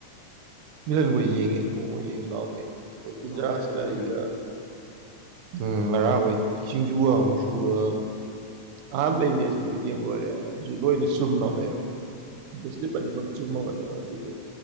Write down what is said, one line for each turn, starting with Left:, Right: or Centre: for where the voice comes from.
Right: ꯃꯤꯂꯟꯈꯣꯏ ꯌꯦꯡꯉꯦ ꯅꯣꯡ ꯌꯦꯡꯁꯨ ꯂꯥꯛꯑꯣ ꯀꯩꯅꯣ ꯑꯩꯈꯣꯏ ꯀꯨꯟꯗ꯭ꯔꯥꯥꯁꯀ
Left: ꯑꯣ ꯃꯤ ꯑꯥ
Right: ꯑꯩꯒ ꯎꯝ ꯉꯔꯥꯡ ꯍꯣꯏ ꯁꯤꯡꯖꯨꯒ ꯁꯨꯔ ꯑꯍꯥꯟꯕ ꯂꯩꯅꯦ ꯑꯗꯨ ꯌꯦꯡꯂꯡ ꯂꯣꯏꯨꯔꯦ ꯑꯗꯨꯁꯨ ꯂꯣꯏꯅ ꯆꯨꯝꯃꯃꯦꯕ ꯕꯤꯁꯂꯤꯞ ꯑꯅꯤꯃꯛ ꯆꯨꯝꯃꯕꯅꯦꯕ ꯑꯗꯨꯁꯨ